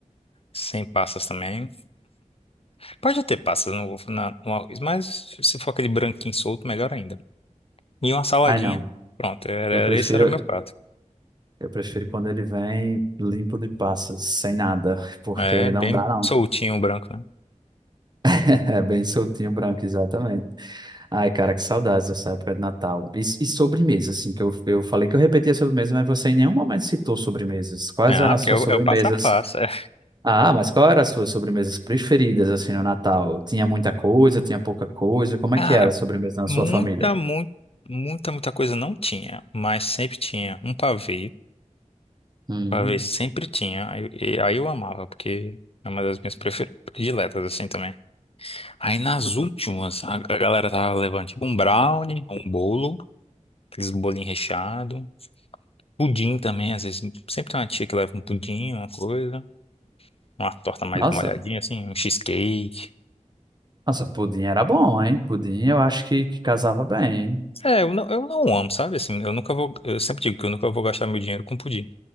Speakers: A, on the left; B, on the right.
A: sem passas também. Pode ter passas no, na- no arroz, mas se for aquele branquinho solto, melhor ainda. E uma saladinha,
B: Ai, não.
A: pronto, era,
B: Eu
A: era-
B: prefiro,
A: esse era meu prato.
B: eu prefiro quando ele vem limpo de passas, sem nada, <laughs> porque
A: É, bem
B: não dá, não.
A: soltinho o branco, né?
B: <laughs> É bem soltinho, branco, exatamente. Ai, cara, que saudades dessa época de Natal. E, e sobremesa, assim, que eu, eu falei que eu repetia sobremesa, mas você em nenhum momento citou sobremesas. Quais
A: Ah,
B: eram
A: porque
B: as suas
A: é o,
B: sobremesas
A: é o passo a passo. é.
B: Ah, mas qual era as suas sobremesas preferidas assim no Natal? Tinha muita coisa, tinha pouca coisa? Como
A: Cara,
B: é que era a sobremesa na
A: muita,
B: sua família?
A: muita, muita, muita coisa não tinha, mas sempre tinha um pavê.
B: Hum,
A: Pavê sempre tinha, aí, e- aí eu amava, porque é uma das minhas prefer- prediletas, assim, também. Aí nas últimas, a, a galera tava levando tipo um brownie, um bolo, aqueles bolinhos recheados. Pudim também, às vezes. Sempre tem uma tia que leva um pudim, uma coisa. Uma torta mais
B: nossa,
A: molhadinha, assim, um cheesecake.
B: nossa, pudim era bom, hein? Pudim eu acho que, que casava bem, hein?
A: É, eu não, eu não amo, sabe? Assim, eu nunca vou. Eu sempre digo que eu nunca vou gastar meu dinheiro com pudim.